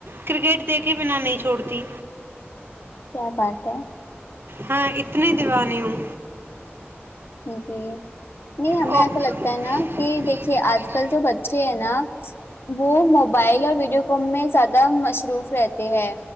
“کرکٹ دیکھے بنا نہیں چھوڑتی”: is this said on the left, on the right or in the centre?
Right